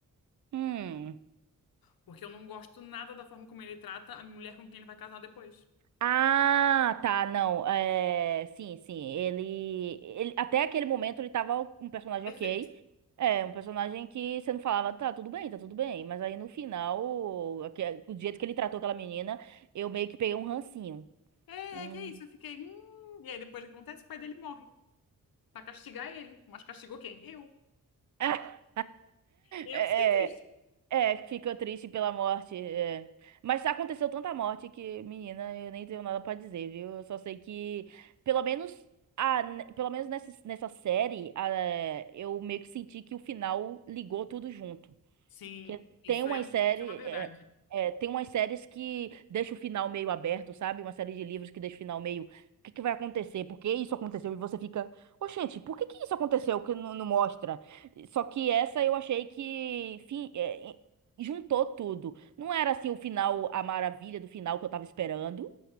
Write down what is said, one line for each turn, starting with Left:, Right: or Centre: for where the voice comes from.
Right: hum.
Left: Porque eu não gosto nada da forma como ele trata a mulher com quem ele vai casar depois.
Right: Ah, tá, não. É, sim, sim. Ele, ele. Até aquele momento ele tava um personagem
Left: Perfeito.
Right: ok. É, um personagem que você não falava, tá, tudo bem, tá tudo bem. Mas aí no final, aque- do jeito que ele tratou aquela menina, eu meio que peguei um rancinho.
Left: É,
Right: Hum.
Left: é que é isso. Eu fiquei. "Hum", E aí, depois o que acontece? O pai dele morre. Pra castigar ele. Mas castigou quem? Eu.
Right: <laughs>
Left: Eu
Right: É,
Left: que fiquei triste.
Right: É, fica triste pela morte. é. Mas aconteceu tanta morte que, menina, eu nem tenho nada pra dizer, viu? Eu só sei que, pelo menos, a, pelo menos nessa, nessa série, a- eu meio que senti que o final ligou tudo junto.
Left: Sim,
Right: Porque
Left: isso
Right: tem umas
Left: é um,
Right: séries,
Left: isso é uma verdade.
Right: é, é, tem umas séries que deixa o final meio aberto, sabe? Uma série de livros que deixa o final meio. O que que vai acontecer? Por que isso aconteceu? E você fica, ô gente, por que que isso aconteceu que não, não mostra? Só que essa eu achei que fi- é, juntou tudo. Não era assim o final, a maravilha do final que eu tava esperando,